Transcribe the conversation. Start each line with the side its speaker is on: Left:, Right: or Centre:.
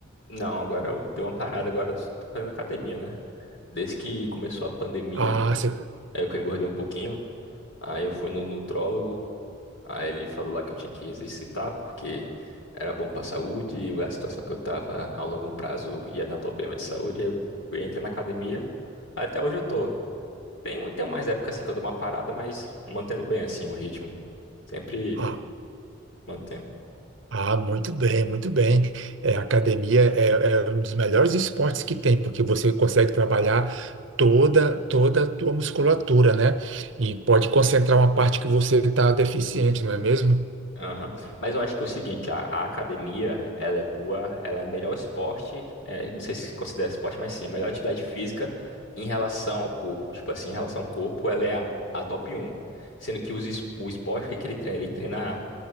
Left: Não, agora eu dei uma parada, agora eu tô tô fazendo academia, né? Desde que começou a pandemia,
Right: Ah, você-
Left: aí eu que engordei um pouquinho. Aí eu fui no nutrólogo, Aí ele falou lá que eu tinha que exercitar porque era bom pra saúde e a situação que eu tava a longo prazo ia dar problema de saúde. Aí eu fui, entrei na academia. Até hoje eu tô. Tem, tem umas épocas assim que eu dou uma parada, mas mantendo bem assim o ritmo. Sempre
Right: ah,
Left: mantendo.
Right: ah, muito bem, muito bem. É, academia é, é um dos melhores esportes que tem, porque você consegue trabalhar toda, toda a tua musculatura, né? E pode concentrar uma parte que você está deficiente, não é mesmo?
Left: Aham. Mas eu acho que é o seguinte, a, a academia, ela é boa, ela é melhor esporte, é, não sei se considera esporte, mas sim, a melhor atividade física em relação ao corpo. Tipo assim, em relação ao corpo, ela é a, a top um. Sendo que os es- o esporte, o que que ele treina? Ele treina